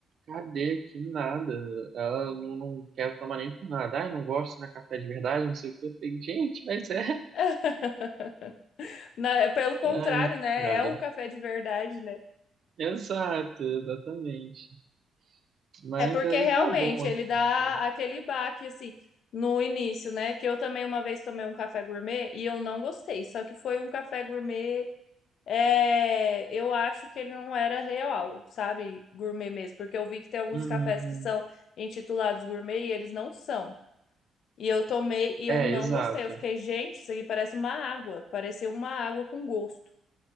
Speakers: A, on the right; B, on the left.
A: Cadê? Que nada. Ela não, não quer tomar nem por nada. Ai, não gosto de café de verdade, não sei o quê. Eu falei, gente, mas é.
B: <laughs> Na- pelo contrário,
A: Ai,
B: né?
A: cara.
B: É o café de verdade, né?
A: Exato, exatamente. Mas
B: É porque
A: aí
B: realmente
A: tá bom, assim.
B: ele dá
A: né?
B: aquele baque, assim, no início, né? Que eu também uma vez tomei um café gourmet e eu não gostei. Só que foi um café gourmet. é, eu acho que ele não era real, sabe? Gourmet mesmo. Porque eu vi que tem alguns
A: Hum,
B: cafés que são intitulados gourmet e eles não são. E eu tomei e
A: é,
B: eu não
A: exato.
B: gostei. Eu fiquei, gente, isso aqui parece uma água. Parecia uma água com gosto.